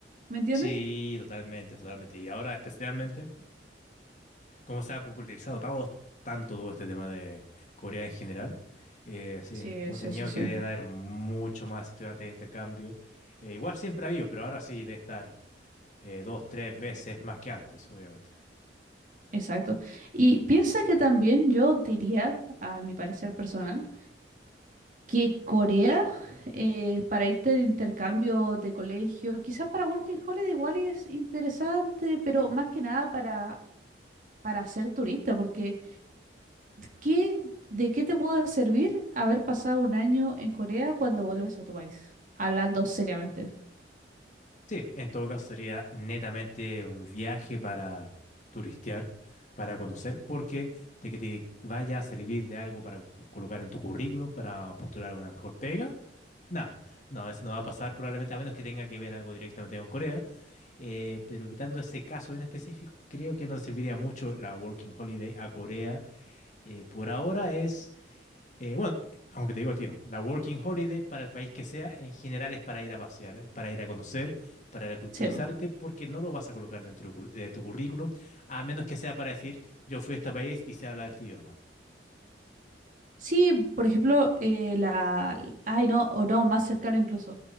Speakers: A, on the right; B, on the left.
A: ¿Me entiendes?
B: Sí, totalmente, totalmente. Y ahora especialmente... como se ha popularizado todo- tanto todo este tema de Corea en general, eh, sí,
A: Sí,
B: no
A: sí,
B: tenía
A: sí, sí.
B: que deben haber mucho más estudiantes de intercambio. Eh, igual siempre ha habido, pero ahora sí debe estar eh, dos, tres veces más que antes, obviamente.
A: Exacto. Y piensa que también yo diría, a mi parecer personal, que Corea, eh, para irte de intercambio de colegio, quizás para Working Holiday igual es interesante, pero más que nada para, para ser turista, porque ¿Qué, de qué te puede servir haber pasado un año en Corea cuando vuelves a tu país? Hablando seriamente.
B: Sí, en todo caso sería netamente un viaje para turistear, para conocer, porque de que te vaya a servir de algo para colocar en tu currículum, para postular una mejor pega, nada, no, eso no va a pasar probablemente a menos que tenga que ver algo directamente con Corea. Eh, pero quitando ese caso en específico, creo que no te serviría mucho la Working Holiday a Corea. Eh, por ahora es eh, bueno, aunque te digo al tiro, la Working Holiday para el país que sea, en general es para ir a pasear, para ir a conocer, para reculturizarte,
A: Sí, po.
B: porque no lo vas a colocar dentro de cu- de tu currículum, a menos que sea para decir, yo fui a este país y sé hablar este idioma.
A: Sí, por ejemplo, eh, la... Ay, no, o no, más cercano incluso.